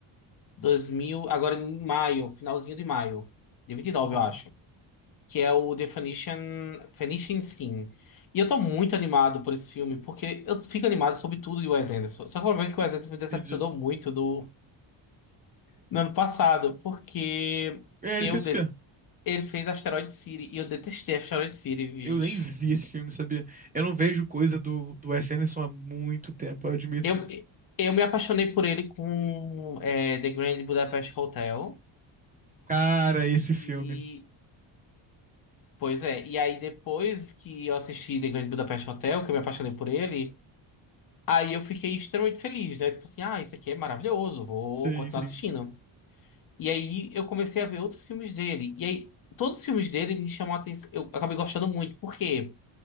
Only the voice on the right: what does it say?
Aham.
Entendi.
É, ele
fez
o quê?
Eu nem vi esse filme, sabia? Eu não vejo coisa do, do Wes Anderson há muito tempo, eu admito.
Cara, esse
filme.
Sim,
sim.